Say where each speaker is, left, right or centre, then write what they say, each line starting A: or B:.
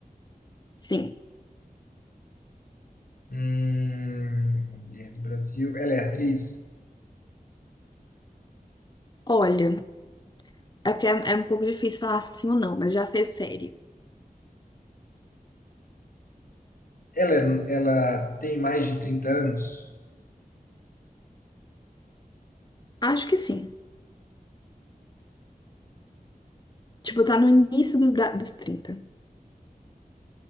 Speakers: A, on the left; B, on the left.
A: sim.
B: Hum, uma mulher do Brasil. Ela é atriz?
A: Olha, é porque é, é um pouco difícil falar sim ou não, mas já fez série.
B: Ela, é- ela tem mais de 30 anos?
A: Acho que sim. Tipo, tá no início dos, da- dos trinta